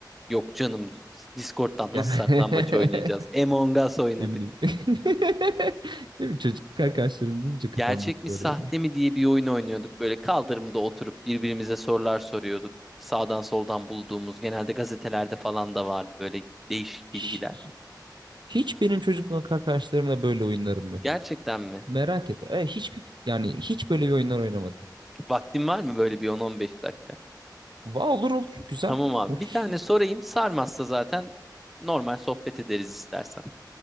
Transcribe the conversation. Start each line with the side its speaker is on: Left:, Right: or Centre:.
Centre: Yok canım Discord'dan
Right: Gel.
Centre: nasıl saklambaç oynayacağız?
Right: <laughs>
Centre: Among Us oynadık.
Right: Ne bileyim. <laughs> Ne bileyim çocuk arkadaşlarım deyince kafam
Centre: Gerçek
Right: gitti
Centre: mi sahte
Right: oraya.
Centre: mi diye bir oyun oynuyorduk. Böyle kaldırımda oturup birbirimize sorular soruyorduk. Sağdan soldan bulduğumuz genelde gazetelerde falan da vardı böyle değişik
Right: <laughs> Hiç,
Centre: bilgiler.
Right: hiç benim çocukluk arkadaşlarımla böyle oyunlarım yok.
Centre: Gerçekten mi?
Right: Merak etme. E, hiçbir yani hiç böyle bir oyunlar oynamadım.
Centre: Vaktin var mı böyle bir 10-15 dakika?
Right: Va olur olur güzel.
Centre: Tamam abi.
Right: <laughs>
Centre: Bir tane sorayım. Sarmazsa zaten normal sohbet ederiz istersen.